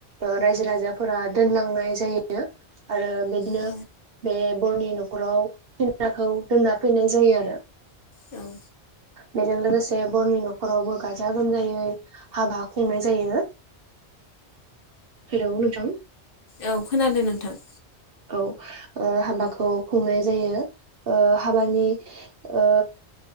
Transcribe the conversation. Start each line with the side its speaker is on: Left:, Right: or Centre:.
Right: ओ रायजो राजाफोरा दोनलांनाय जायो आरो बिदिनो
Left: औ
Right: बे बर'नि न'खराव फिनाखौ दोनना फैनाय जायो आरो
Left: औ
Right: बेजों लोगोसे बर'नि न'खरावबो गाजा गाजा गोमजायै हाबा खुंनाय जायो। हेलौ नोंथां
Left: औ खोनादों नोंथां।
Right: औ ओ हाबाखौ खुंनाय जायो ओ हाबानि ओ